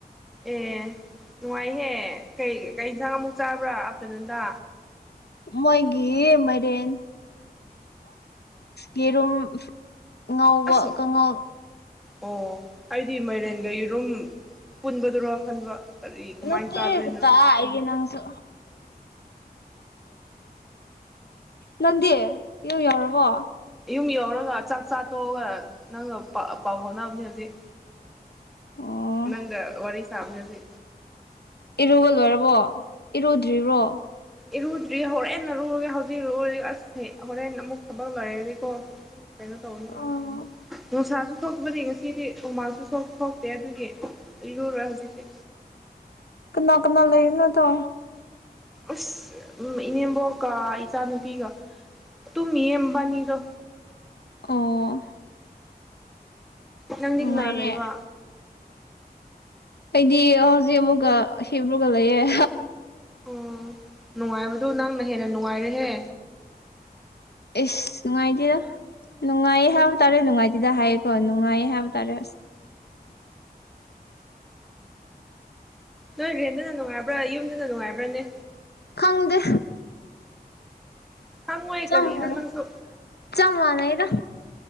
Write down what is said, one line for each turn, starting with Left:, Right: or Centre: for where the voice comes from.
Centre: ꯑꯦ ꯅꯨꯡꯉꯥꯏꯍꯦ ꯀꯩ ꯀꯩ ꯌꯦꯟꯁꯥꯡ ꯑꯃꯨꯛ ꯆꯥꯕ꯭ꯔꯥ ꯑꯞꯇꯅꯟꯗ
Left: ꯃꯣꯏꯒꯤ ꯃꯔꯦꯟ ꯌꯦꯔꯨꯝ ꯉꯧꯕ
Centre: ꯑꯁ
Left: ꯀꯥꯡꯉꯧ
Centre: ꯑꯣ ꯑꯩꯗꯤ ꯃꯥꯏꯔꯦꯟꯒꯩ ꯌꯦꯔꯨꯝ ꯄꯨꯟꯕꯗꯨꯔꯣ ꯈꯟꯕ ꯀꯔꯤ ꯀꯃꯥꯏꯅ
Left: ꯃꯠꯇꯦꯒꯠꯇ
Centre: ꯆꯥꯗꯣꯏꯅꯣ
Left: ꯑꯩꯒ ꯅꯪꯁꯨ ꯅꯟꯗꯤꯦ ꯌꯨ ꯌꯥꯎꯔꯕꯣ
Centre: ꯁꯨꯝ ꯌꯧꯔꯒ ꯆꯥꯛ ꯆꯥ ꯇꯣꯛꯑꯒ ꯅꯪꯒ ꯄꯥꯎ ꯐꯥꯎꯅꯕꯅꯦ ꯍꯧꯖꯤꯛ
Left: ꯑꯣ
Centre: ꯅꯪꯒ ꯋꯥꯔꯤ ꯁꯥꯝꯁꯤ
Left: ꯏꯔꯨꯕ ꯂꯣꯏꯔꯕꯣ ꯏꯔꯨꯗ꯭ꯔꯤꯕ꯭ꯔꯣ
Centre: ꯏꯔꯨꯗ꯭ꯔꯤ ꯍꯣꯔꯦꯟꯟꯅꯔꯨꯔꯒꯦ ꯍꯧꯖꯤꯛꯨꯔ ꯑꯁ ꯍꯣꯔꯦꯟ ꯑꯃꯨꯛ ꯊꯕꯛ ꯂꯩꯔꯦꯗꯤꯀꯣ ꯀꯩꯅꯣ ꯇꯧꯅꯤ ꯍ
Left: ꯑꯣ
Centre: ꯁꯥꯁꯨ ꯊꯣꯛꯇꯕꯗꯤ ꯉꯁꯤꯗꯤ ꯎꯃꯥꯡꯁꯨ ꯊꯣꯛꯇꯦ ꯑꯗꯨꯒꯤ ꯏꯔꯨꯔꯣꯏ ꯍꯧꯖꯤꯛꯇꯤ
Left: ꯀꯅꯥ ꯀꯅꯥ ꯂꯩꯅ ꯇ
Centre: ꯑꯁ ꯎ ꯏꯅꯦꯝꯕꯣꯛꯀ ꯏꯆꯥꯅꯨꯄꯤꯒ ꯇꯨꯃꯤ ꯑꯝꯕꯥꯅꯤꯗ
Left: ꯑꯣ
Centre: ꯅꯪꯗꯤ
Left: ꯅꯨꯡꯉꯥꯏꯔꯦ
Centre: ꯀꯅꯥ ꯂꯩ ꯂꯩ ꯋꯥ
Left: ꯑꯩꯗꯤ ꯍꯧꯖꯤꯛ ꯑꯃꯨꯛꯀ ꯁꯤ ꯑꯃꯒ ꯂꯩꯌꯦꯦ
Centre: ꯑꯣ ꯅꯨꯡꯉꯥꯏꯕꯗꯨ ꯅꯪꯅ ꯍꯦꯟꯅ ꯅꯨꯡꯉꯥꯏꯔꯦꯍꯦ
Left: ꯑꯦꯁ ꯅꯨꯡꯉꯥꯏꯇꯦꯗ ꯅꯨꯡꯉꯥꯏꯌꯦ ꯍꯥꯏꯕ ꯇꯥꯔꯦ ꯅꯨꯡꯉꯥꯏꯇꯦꯗ ꯍꯥꯏꯌꯦꯀꯣ ꯅꯨꯡꯉꯥꯏ ꯍꯥꯏꯕ ꯇꯔꯦ
Centre: ꯅꯣꯏ ꯚ꯭ꯔꯦꯟꯗꯨꯅ ꯅꯨꯡꯉꯥꯏꯕ꯭ꯔꯥ ꯌꯨꯝꯗꯨꯅ ꯅꯨꯡꯉꯥꯏꯕ꯭ꯔꯥꯅꯦ
Left: ꯈꯪꯗꯦ
Centre: ꯈꯪꯉꯣꯏ
Left: ꯆꯃꯂ
Centre: ꯀꯔꯤꯔ ꯅꯪꯁꯨ
Left: ꯆꯃꯅ ꯏꯗ